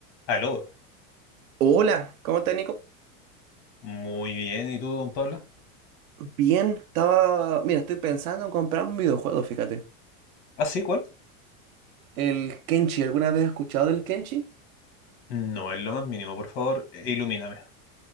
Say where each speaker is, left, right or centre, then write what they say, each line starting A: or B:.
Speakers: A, on the left (about 55°); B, on the right (about 85°).
A: Aló,
B: Hola, ¿cómo estás, Nico?
A: muy bien, ¿y tú, don Pablo?
B: Bien, estaba. Mira, estoy pensando en comprar un videojuego, fíjate.
A: Ah, sí, ¿cuál?
B: El Kenshi, ¿alguna vez has escuchado del Kenshi?
A: No es lo más mínimo, por favor, eh, ilumíname.